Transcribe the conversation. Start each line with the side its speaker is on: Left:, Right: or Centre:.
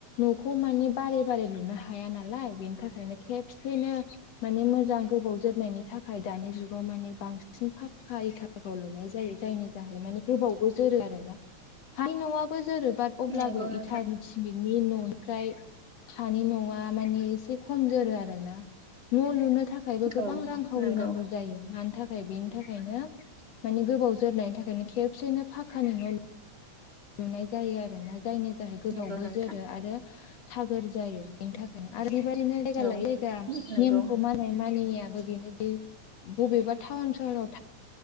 Left: न'खौ मानि बारे बारे लुनो हाया नालाय बेनि थाखायनो खेबसेनो मानि मोजां गोबाव जोरनायनि थाखाय दानि जुगाव मानि बांसिन बांसिन फाखा इथाफोरखौ लुनाय जायो जायनि जाहै माने गोबावबो जोरो आरो ना। हानि न'आबो जोरो बात अब्लाबो
Right: नंगौ नोंथां
Left: इटान सिमेटनि न'निफ्राय हानि न'आ मानिे एसे खम जोरो आरो ना न' लुनो था खायबो गोबां
Right: औ
Left: रां खावरिनांगौ
Right: नंगौ
Left: जायो मानि था खाय बेनि थाखायनो मानि गोबाव जोरनायनि थाखायनो खेबसेनो फाखानि न' लुनाय जायो आरो ना जायनि जाहै गोबावबो
Right: नंगौ नोंथां
Left: जोरो आरो थागोर जायो बेनि थाखायनो आरो बेबाय दिनो जायगा
Right: औ
Left: लायो जायगा
Right: नंगौ
Left: नेमखौ मानाय मानिनाययाबो बेनो बबेबा टाउन सहराव